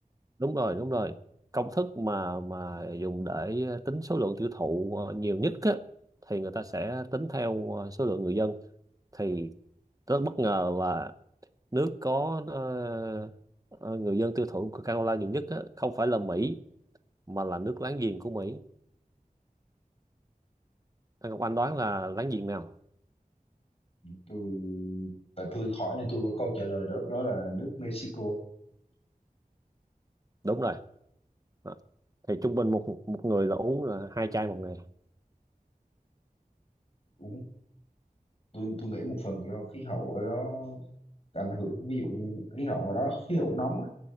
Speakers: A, on the right (about 25°); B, on the left (about 40°).
A: đúng rồi đúng rồi công thức mà mà dùng để tính số lượng tiêu thụ ờ, nhiều nhất á, thì người ta sẽ tính theo ờ, số lượng người dân thì rất bất ngờ là nước có ờ, ờ, người dân tiêu thụ Coca-Cola nhiều nhất á, không phải là Mỹ mà là nước láng giềng của Mỹ anh Ngọc Anh đoán là láng giềng nào
B: tôi tại tôi hỏi nên tôi có câu trả lời đó đó là nước Mexico
A: đúng rồi Đó. thì trung bình một một người là uống là hai chai một ngày
B: uống tôi tôi nghĩ một phần do khí hậu ở đó ảnh hưởng ví dụ như khí hậu ở đó khí hậu nóng á,